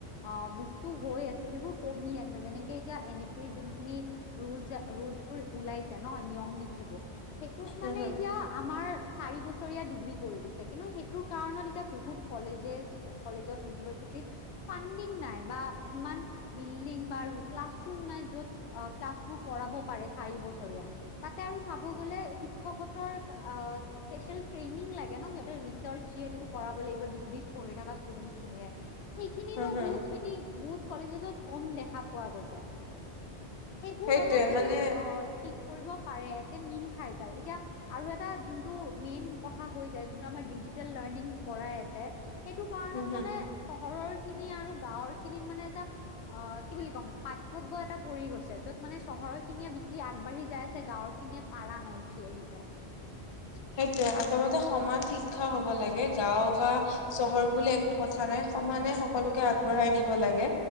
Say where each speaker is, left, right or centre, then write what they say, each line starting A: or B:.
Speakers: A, on the left (about 75°); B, on the left (about 35°).
A: অ বস্তু হৈ আছে যিবোৰ কমি আছে, যেনেকে এতিয়া এন এ পিৰ যোনখিনি খিনি ৰুল ৰুলচবোৰ ওলাইছে ন নিয়ম নীতি বোৰ সেইটোত
B: হম
A: মানে
B: হম
A: এতিয়া আমাৰ চাৰি বছৰ ডিগ্ৰী কৰি দিছে, কিন্তু সেইটোৰ কাৰণত এতিয়া বহুত কলেজেছ কলেজত ইউনিভাৰ্চিটিত ফাডিং নাই বা সিমান বিল্ডিং বা ক্লাছ ৰুম নাই য'ত ক্লাছবোৰ কৰাব পাৰে চাৰি বছৰীয়া। তাতে আৰু চাব গ'লে শিক্ষকহতৰ স্পেচিয়েল ট্ৰেইনিং লাগে ন সিহঁতে ৰিচাৰ্চ যেহেতু সেইটো কৰাব লাগিব ডিগ্ৰীত পঢ়ি থকা ষ্টুডেন্ট খিনিয়ে সেইখিনিৰো
B: হম হম
A: বহুত খিনি বহুত কলেজেত কম দেখা পোৱা গৈছে। সেইবোৰ
B: সেইটোৱে
A: অলপ যদি
B: মানে
A: অ ঠিক কৰিব পাৰে তে মিল খাই যায়। এতিয়া আৰু এটা যোনটো মেইন কথা হৈ যায় যোনটো আমাৰ ডিজিটেল লাৰ্নিং কৰাই আছে সেইটো কাৰণত
B: হম হম
A: মানে চহৰৰ খিনি আৰু গাঁৱৰ খিনিত মানে এটা অ কি বুলি ক'ম পাৰ্থক্য এটা পৰি গৈছে, যত মানে চহৰ খিনিয়ে বেছি আগবাঢ়ি যাই আছে গাঁৱৰ খিনিয়ে পাৰা নাই উঠি আহিব।
B: সেইটোয়ে আচলতে সমান শিক্ষা হ'ব লাগে গাঁও বা চহৰ বুলি একো কথা নাই সমানে সকলোকে আগবঢ়াই নিব লাগে।